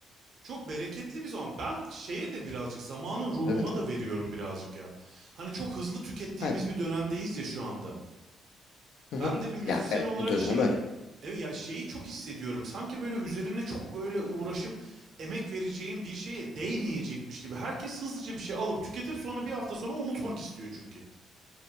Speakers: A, on the right; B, on the left.
A: Çok bereketli bir zaman. Ben şeye de birazcık zamanın ruhuna
B: Evet evet.
A: da veriyorum birazcık ya. Hani çok hızlı tükettiğimiz
B: Aynen.
A: bir dönemdeyiz ya şu anda.
B: Hı
A: Ben
B: hı.
A: de bir müzisyen
B: Ya evet
A: olarak
B: bu dönem
A: şeyin
B: öyle.
A: evet ya şeyi çok hissediyorum. Sanki böyle üzerine çok böyle uğraşıp emek vereceğim bir şeye değmeyecekmiş gibi. Herkes hızlıca bir şey alıp tüketip sonra bir hafta sonra unutmak istiyor çünkü.